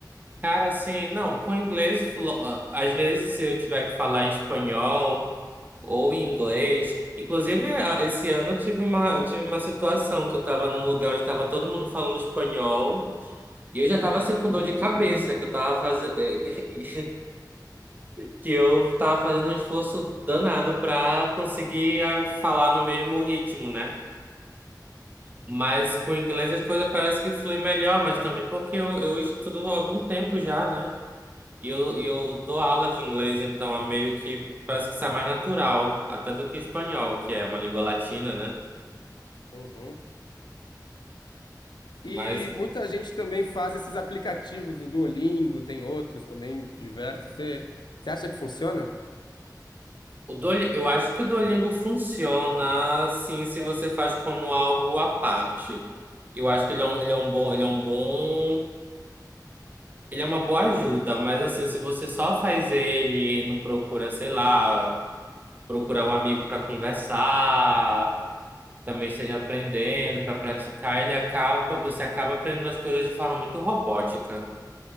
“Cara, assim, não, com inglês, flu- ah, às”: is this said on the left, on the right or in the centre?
Right